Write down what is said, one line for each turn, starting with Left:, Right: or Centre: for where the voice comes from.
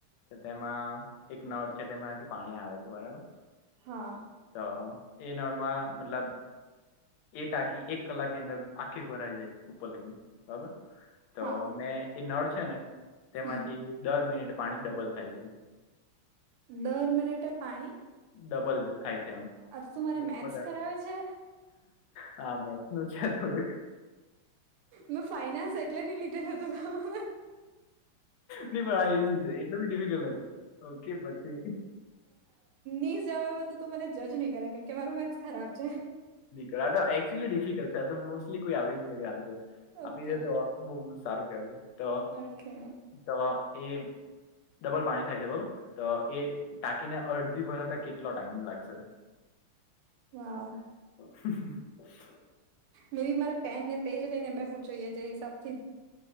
Left: તો તેમાં એક નળ છે તેમાંથી પાણી આવે છે બરાબર.
Right: હા
Left: તો એ નળ માં મતલબ. એ ટાકી એક કલાક ની અંદર આખી ભરાઈ જાય ઉપર લગીને બરાબર તો
Right: હા
Left: મે. એ નળ છે ને તેમાંથી
Right: હમ
Left: દર મિનિટ પાણી ડબલ થાય છે.
Right: દર મિનિટે પાણી
Left: ડબલ જ થાય છે એમ.
Right: આજ તું મારે
Left: વધારે
Right: મેથ્સ કરાવે છે.
Left: હા મેથ્સ નું છે થોડુંક.
Right: મેં ફાઈનાન્સ એટલે નહી લીધે હતું.
Left: નહી પણ આ છે એટલું બી ડિફિકલ્ટ નથી ઓકે પછી.
Right: ઇ જવા તો તું મને જજ નહી કરે કેમકે મારું મેથસ ખરાબ છે.
Left: ગારાટા ચુઅલી ડિફિકલ્ટ છે તો મોસ્ટલી કોઈ આવી નહી શકે આન્સર
Right: ઓકે
Left: આપી દે તો. બહુ બ સારું કેવા છે તો
Right: ઓકે
Left: તો એ. ડબલ પાણી થાય છે બરોબર તો એ ટાકીને અડધી ભરાતા કેટલો ટાઈમ લાગશે.
Right: વા.
Left: . <unintelligible>
Right: મેં બી મારે પેન ને પેજ લઈને બેઠવું જોઈએ જે હિસાબ.